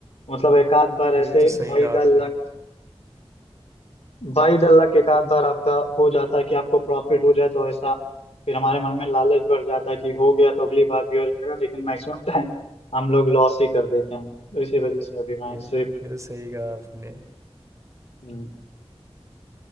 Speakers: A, on the left; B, on the right.
A: मतलब एक आध बार ऐसे
B: ये तो सही
A: बाई
B: कहा
A: द
B: आपने
A: लक भाई अल्लाह के एक आध बार आपका हो जाता है कि आपको प्रॉफिट हो जाए तो ऐसा फिर हमारे मन में लालच बढ़ जाता है कि हो गया तो अगली बार भी हो जाएगा लेकिन मैक्सिमम टाइम हम लोग लॉस ही कर देते हैं तो इसी वजह से अभी मैं
B: ये
A: सिर्फ
B: ये तो सही कहा आपने
A: हम्म,